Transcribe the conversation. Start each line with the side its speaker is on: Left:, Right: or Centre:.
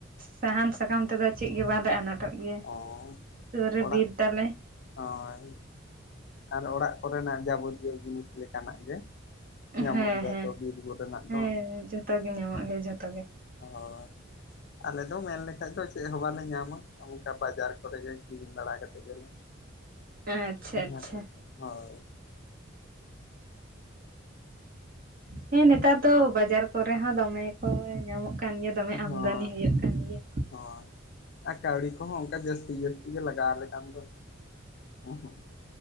Right: ᱥᱟᱦᱟᱱ ᱥᱟᱠᱟᱢ ᱛᱮᱫᱚ ᱪᱮ ᱜᱮ ᱵᱟᱝᱞᱮ ᱟᱱᱟᱴᱚᱜ᱾ ᱜᱮᱭᱟ
Left: ᱚ
Right: ᱥᱩᱨ ᱨᱮ
Left: ᱚᱲᱟᱜ
Right: ᱵᱤᱨ ᱛᱟᱞᱮ
Left: ᱦᱳᱭ, ᱟᱨ ᱚᱲᱟᱜ ᱠᱚᱨᱮᱱᱟᱜ ᱡᱟᱵᱚᱛᱤᱭᱟᱹ ᱡᱤᱱᱤᱥ ᱞᱮᱠᱟᱱᱟᱜ ᱜᱮ᱾
Right: ᱦᱮᱸ
Left: ᱧᱟᱢᱚᱜ ᱜᱮᱭᱟ
Right: ᱦᱮᱸ
Left: ᱛᱚ ᱵᱤᱨ‌ ᱠᱚᱨᱮᱱᱟᱜ
Right: ᱦᱮᱸ
Left: ᱫᱚ᱾
Right: ᱡᱚᱛᱚ ᱜᱮ ᱧᱟᱢᱚᱜ ᱜᱮᱭᱟ ᱡᱷᱚᱛᱚ ᱜᱮ
Left: ᱦᱳᱭ, ᱟᱞᱮ ᱫᱚ ᱢᱮᱱ ᱞᱮᱠᱷᱟᱡ ᱫᱚ ᱪᱮᱫ ᱦᱚᱸ ᱵᱟᱞᱮ ᱧᱟᱢᱟ᱾ ᱚᱱᱠᱟ ᱵᱟᱡᱟᱨ ᱠᱚᱨᱮ ᱜᱮ ᱠᱤᱨᱤᱧ ᱵᱟᱲᱟ ᱠᱟᱛᱮ ᱜᱮᱞᱮ
Right: ᱟᱪᱪᱷᱟ
Left: <inaudible>
Right: ᱟᱪᱪᱷᱟ
Left: ᱦᱳᱭ᱾
Right: ᱦᱮᱸ ᱱᱮᱛᱟᱨ ᱫᱚ ᱵᱟᱡᱟᱨ ᱠᱚᱨᱮ ᱦᱚᱸ ᱫᱚᱢᱮ ᱜᱮ ᱠᱚ ᱧᱟᱢᱚᱜ ᱠᱟᱱ ᱜᱮᱭᱟ ᱫᱚᱢᱮ
Left: ᱦᱳᱸᱭ᱾
Right: ᱟᱢᱫᱟᱱᱤ ᱦᱩᱭᱩᱜ ᱠᱟᱱ ᱜᱮᱭᱟ
Left: ᱦᱳᱸᱭ, ᱟᱨ ᱠᱟᱹᱣᱲᱤ ᱠᱚᱦᱚᱸ ᱚᱱᱠᱟ ᱡᱟᱹᱥᱛᱤ ᱡᱟᱹᱥᱛᱤ ᱜᱮ ᱞᱟᱜᱟᱣ ᱟᱞᱮ ᱠᱟᱱ ᱫᱚ᱾ <inaudible>